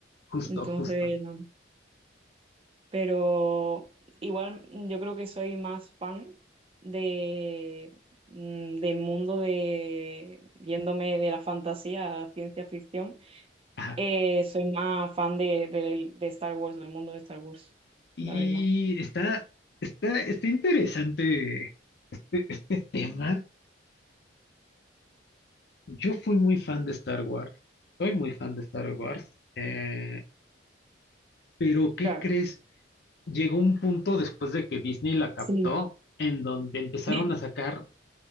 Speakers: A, on the left; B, on the right.
A: justo,
B: Entonces,
A: justo.
B: no. Pero igual mm, yo creo que soy más fan de, mm, del mundo de, yéndome de la fantasía a la ciencia ficción,
A: Ajá.
B: eh, soy más fan de, de de Star Wars, del mundo de Star Wars,
A: Y
B: la verdad.
A: está, está, está interesante el tema. Yo fui muy fan de Star Wars, soy muy fan de Star Wars, eh, pero ¿qué
B: Claro.
A: crees? Llegó un punto después de que Disney la captó
B: Sí.
A: en donde empezaron
B: <laughs>
A: a sacar